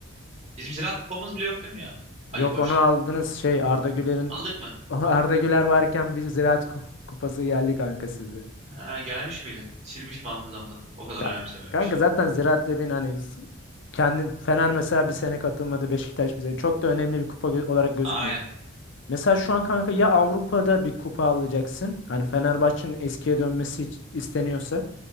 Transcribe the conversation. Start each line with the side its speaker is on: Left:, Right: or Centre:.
Right: bizim Ziraat Kupamız bile yok değil mi ya? Ali
Left: Yok
Right: Koçla
Left: onu aldınız şey Arda Güler'in
Right: Aldık mı?
Left: <laughs> Arda Güler varken bir Ziraat Kup- Kupası geldi kanka sizden.
Right: Ha, gelmiş miydi? Silmişim hafızamdan. O kadar
Left: Ka-
Right: önemsememişim.
Left: Kanka zaten ziraat dediğin hani s- kendi Fener mesela bir sene katılmadı Beşiktaş bize çok da önemli bir kupa gö- olarak gözükmüyor.
Right: Aynen.
Left: Mesela şu an kanka ya Avrupa'da bir kupa alacaksın. Hani Fenerbahçe'nin eskiye dönmesi iç- isteniyorsa.